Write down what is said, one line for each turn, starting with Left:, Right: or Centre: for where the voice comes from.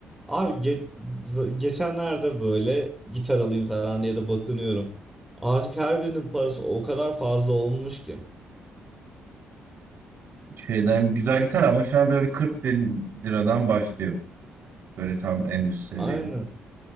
Centre: Abi ge- z- geçenlerde böyle gitar alayım falan diye de bakınıyorum. Artık her birinin parası o kadar fazla olmuş ki.
Right: Şeyden güzel gitar ama şu an böyle bir 40 bin liradan başlıyor. Böyle tam en üst seviye
Centre: Aynen.